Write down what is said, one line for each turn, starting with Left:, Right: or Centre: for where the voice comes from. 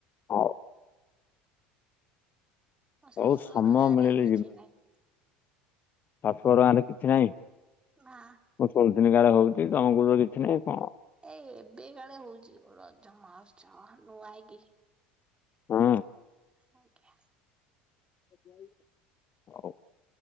Left: ହଉ।
Right: ମୋ ଶାଶୁଘର
Left: ହଉ ସମୟ
Right: ଗାଁରେ
Left: ମିଳିଲେ
Right: କିଛି ନାହିଁ।
Left: ସାତଶଟଙ୍କାଁରେ କିଛି ନାହିଁ <unintelligible>
Right: ମା
Left: ହଉଛି ତମେ କହୁଚ କିଛି ନାହିଁ କଣ
Right: ଏଇ ଏବେ କାଳେ ହଉଛି ରଜ ମହୋତ୍ସବ ନୂଆ ହେଇକି
Left: ହୁଁ।
Right: ଆଜ୍ଞା।
Left: ଯାଉ। ହଉ